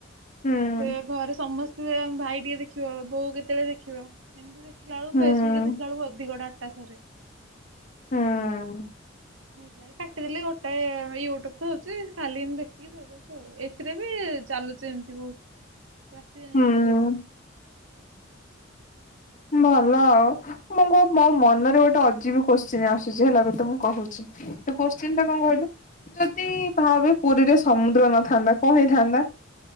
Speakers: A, on the left; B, on the right.
A: ହୁଁ
B: ସେ ଘରେ ସମସ୍ତେ ଭାଇ ଟିକେ ଦେଖିବ ବୋଉ କେତେବେଳେ ଦେଖିବ। ଏମିତି ଦେଖିଲାବେଳକୁ
A: ହୁଁ
B: ଫେସବୁକରେ ଦେଖିଲାବେଳକୁ ଅଧିକ ଡାଟା ସରେ।
A: ହଁ।
B: ହେଇ ଲାଇକ କାଟିଦେଲି ଗୋଟେ ୟୁଟ୍ୟୁବ ତ ହଉଛି ଖାଲି ଦେଖିକି ଶୋଇପଡୁଛି ଆଉ। ଏଥିରେ ବି ଚାଲୁଛି ଏମିତି ବହୁ ରାତି ଯାଏ
A: ହୁଁ
B: ଯାଉଛି ଭାରି।
A: ଭଲ ଆଉ ମୁଁ କ ମୋ ମନରେ ଗୋଟେ ଅଜୀବ କୋଶ୍ଚିନ୍ ଆସୁଛି ହେଲା ତତେ ମୁଁ କହୁଛି। ସେ କୋତ୍ସିନ ଟା କଣ କହିଲୁ? ଯଦି ଭାବେ ପୁରୀରେ ସମୁଦ୍ର ନଥାନ୍ତା କଣ ହେଇଥାନ୍ତା?